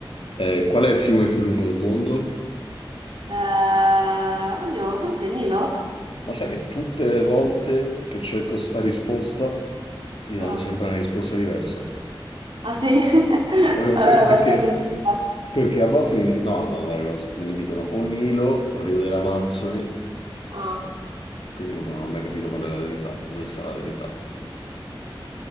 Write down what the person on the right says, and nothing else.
Eh, oddio, forse è il Nilo?
Mm.
Ah sì? <laughs>
Allora
qualsiasi è giusta.
Ah,